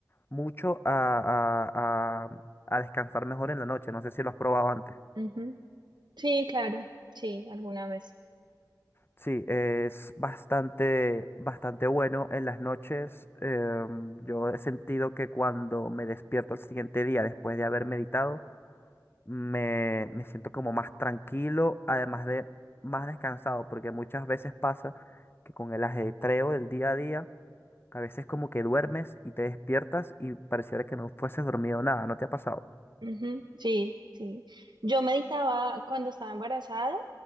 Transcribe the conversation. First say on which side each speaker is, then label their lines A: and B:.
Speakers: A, on the left; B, on the right.
A: mucho a, a- a- a descansar mejor en la noche. No sé si lo has probado antes.
B: Ujú. Sí, claro, sí, alguna vez.
A: Sí, es bastante, bastante bueno en las noches. em, yo he sentido que cuando me despierto el siguiente día después de haber meditado, me, me siento como más tranquilo, además de más descansado, porque muchas veces pasa que con el ajetreo del día a día, a veces como que duermes y te despiertas y pareciera que no fueses dormido nada, ¿no te ha pasado?
B: Ujú, Sí, sí. Yo meditaba cuando estaba embarazada,